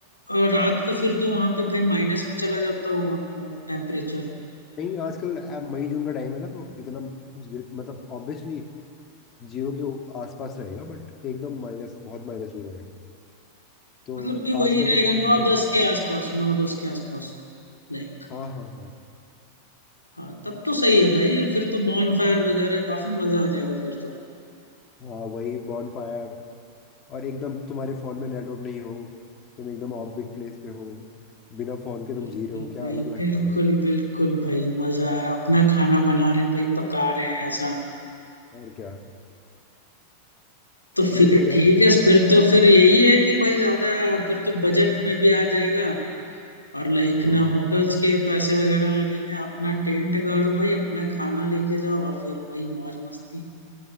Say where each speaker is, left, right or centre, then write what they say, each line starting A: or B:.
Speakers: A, on the left; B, on the left.
A: अ, अ, रात को फिर तो वहां पे भाई माइनस में चला जाता होगा टेम्परेचर
B: नहीं आजकल अ, मई जून का टाइम है ना तो इतना गिर- मतलब ऑब्वियसली जीरो के जो आसपास रहेगा बट एकदम माइनस बहुत माइनस नहीं रहेगा तो
A: मतलब कि वही
B: आजकल
A: रहेगा
B: तो बहुत
A: नौ
B: है
A: दस के आसपास नौ दस के आसपास लाइक
B: हाँ हाँ हाँ
A: हाँ तब तो सही है भाई फिर तो बॉन फायर वगैरह काफी मजा आ जाएगा फिर तो
B: हाँ वही बॉन फायर और एकदम तुम्हारे फोन में नेटवर्क नहीं हो तुम एकदम ऑफबीट प्लेस पे हो बिना फोन के तुम
A: बिल्कुल
B: जी रहे हो क्या
A: भाई
B: अलग लगता
A: बिल्कुल
B: है भाई
A: बिल्कुल भाई मजा आ रहा अपना खाना बना रहे हैं भाई पका रहे हैं ऐसा
B: और क्या
A: तो
B: यही
A: फिर
B: मजा
A: ठीक
B: है
A: है फिर तो फिर यही है कि भाई ज्यादा फिर तो बजट में भी आ जाएगा और लाइक
B: हाँ
A: ना होटल्स के पैसे वगैरह लगेंगे अपना टेंट गाड़ो भाई अपना खाना लेके जाओ और फिर भाई मौज मस्ती